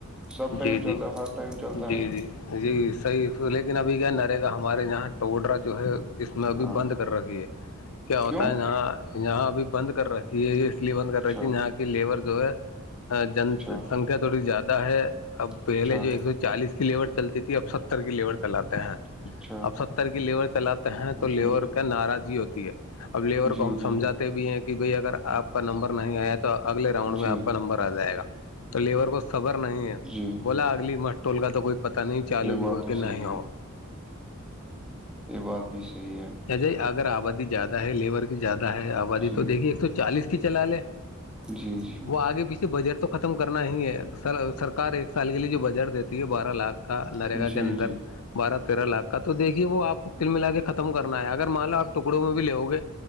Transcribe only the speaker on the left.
جی جی
جی
جی جی صحیح لیکن ابھی کیا نرے گا ہمارے یہاں ٹوڈرا جو ہے اس میں ابھی
بند کر رکھی ہے کیا ہوتا
ہے یہاں یہاں ابھی بند کر ر یہ اس لیے بند کر
رہے تھی یہاں کی لیبر جو ہے جن
سنکھیا تھوڑی زیادہ ہے اب پہلے
جو ایک سو چالیس کی لیبر چلتی تھی اب ستر کی لیبر چلاتے ہیں
اب ستر کی لیور چلاتے ہیں تو لیور
کا ناراضی ہوتی ہے اب لیبر
کو ہم
سمجھاتے بھی ہیں کہ بھائی اگر آپ کا نمبر نہیں آیا تو اگلے رنڈ میں
آپ کا نمبر آ جائے گا تو لیبر کو خبر نہیں ہے
بولا اگلی مٹٹ ٹول کا تو کوئی پتا نہیں چالو
بھی
ہو
کہ
نہیں ہو
یا ج اگر آبادی زیادہ ہے لیبر کی زیادہ ہے آبادی
تو دیکھیے ایک سو چالیس کی چلا لے
وہ آگے پیچھے بجٹ تو ختم کرنا ہی ہے سرکار ایک سال کے لیے جو بجٹ دیتی ہے بارہ لاکھ کا نرگا
کے اندر
بارہ تیرہ لاکھ کا تو دیکھیے وہ آپ کل ملا کے ختم کر ہے اگر مالو آپ ٹکڑوں میں بھی لےو گے